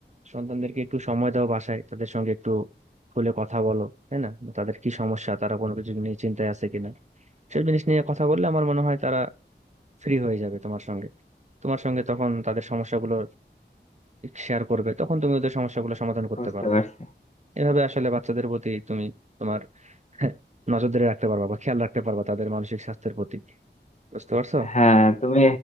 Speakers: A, on the right; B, on the left.
A: সন্তানদেরকে একটু সময় দাও বাসায় তাদের সঙ্গে একটু খুলে কথা বলো তাই না তাদের কি সমস্যা তারা কোনো কিছু নিয়ে চিন্তায় আছে কিনা সব জিনিস নিয়ে কথা বললে আমার মনে হয় তারা ফ্রি হয়ে যাবে তোমার সঙ্গে তোমার সঙ্গে তখন তাদের সমস্যাগুলো শেয়ার করবে তখন তুমি ওদের সমস্যাগুলো সমাধান করতে
B: বুঝতে
A: পারবে
B: পারছি
A: এভাবে আসলে বাচ্চাদের প্রতি তুমি তোমার <laughs> নজর ধরে রাখতে পারবা বা খেয়াল রাখতে পারবা তাদের মানসিক স্বাস্থ্যের প্রতি বুঝতে পারছো
B: হ্যাঁ তুমি